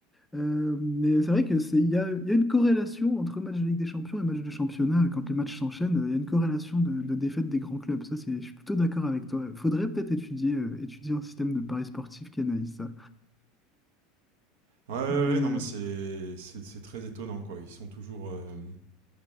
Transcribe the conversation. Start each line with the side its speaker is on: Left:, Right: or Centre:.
Centre: euh, mais c'est vrai que c'est, il y a, il y a une corrélation entre match de Ligue des Champions et match de championnat. Quand les matchs s'enchaînent, euh, il y a une corrélation de, de défaite des grands clubs. Ça, c'est, je suis plutôt d'accord avec toi. Faudrait peut-être étudier, euh, étudier un système de paris sportif qui analyse ça.
Right: Ouais, ouais,
Centre: Mais
Right: ouais,
Centre: euh,
Right: non, mais c'est c'est- c'est très étonnant, quoi. Ils sont toujours. euh,